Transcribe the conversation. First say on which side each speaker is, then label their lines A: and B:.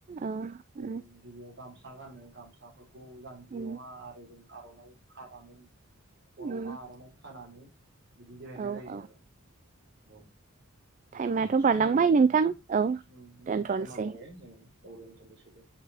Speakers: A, on the right (about 35°); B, on the right (about 50°).
A: औ
B: बे
A: उम
B: गिबियाव गाम सा गानो गामसाखो खौ जान्जियावहा
A: उम
B: आरो जों आरनाइ खानानै खरवाहा
A: उम
B: आरनाइ खानानै बिदि गायनाय
A: औ
B: जायो
A: औ
B: आरो औ नोंथां
A: टाइमाथ'
B: समा
A: बारलांबाय
B: जाबाय
A: नोंथां
B: नामा
A: औ
B: उम नंगौ
A: दोनथ'नोसै
B: समा जाबाय जों औ दोनथनोसै दे